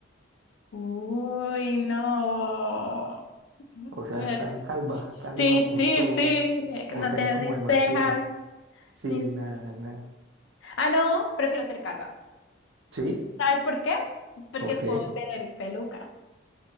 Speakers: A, on the left; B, on the right.
A: Uy, no.
B: O sea,
A: Eh,
B: estar calva, calva
A: Sí,
B: por
A: sí,
B: todo,
A: sí. Es
B: o
A: que no
B: tener
A: tienes
B: como
A: ni
B: demasiado.
A: cejas,
B: Sí,
A: ni... s-
B: nada, nada.
A: Ah, no, prefiero ser calva.
B: Sí,
A: ¿Sabes por qué? Porque
B: ¿por qué?
A: puedo tener peluca,